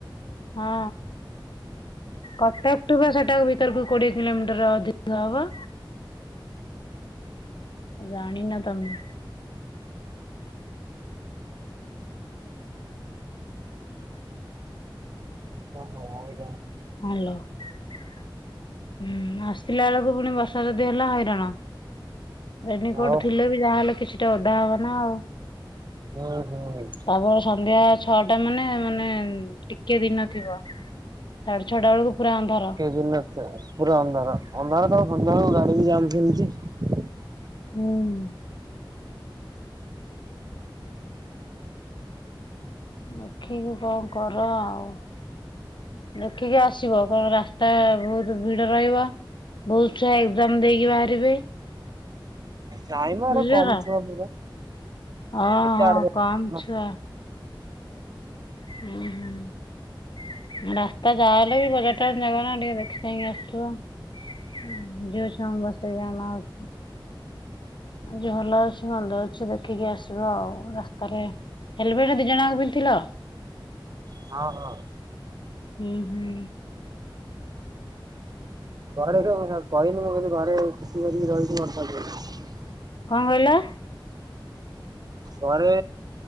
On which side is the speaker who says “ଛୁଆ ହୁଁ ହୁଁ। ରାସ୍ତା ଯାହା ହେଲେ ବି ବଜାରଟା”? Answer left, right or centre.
Left